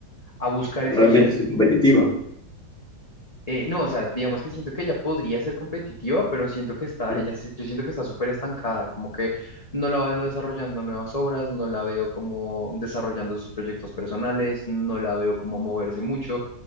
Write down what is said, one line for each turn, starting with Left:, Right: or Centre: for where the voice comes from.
Left: a buscar
Centre: Realmente
Left: esa opción.
Centre: es competitiva.
Left: Eh, no, o sea, digamos que siento que ella podría ser competitiva, pero siento que está,
Centre: Ujú,
Left: ella, se- yo siento que está súper estancada, como que no la veo desarrollando nuevas obras, no la veo como desarrollando sus proyectos personales, no la veo como moverse mucho,